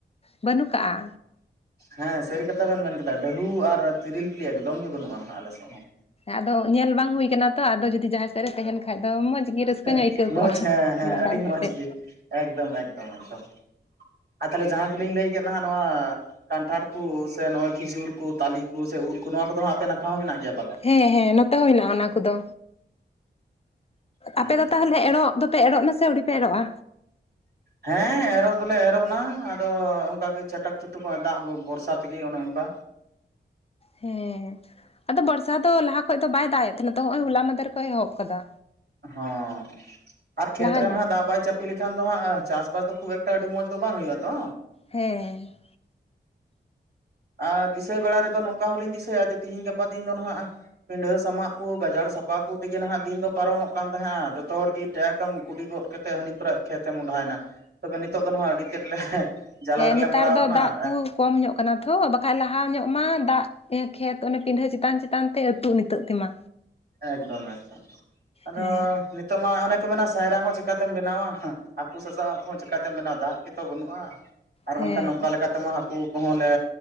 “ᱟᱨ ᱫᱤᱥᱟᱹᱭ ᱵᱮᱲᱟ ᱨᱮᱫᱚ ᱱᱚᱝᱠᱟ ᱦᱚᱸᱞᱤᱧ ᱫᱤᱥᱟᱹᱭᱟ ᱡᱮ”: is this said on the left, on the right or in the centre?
Right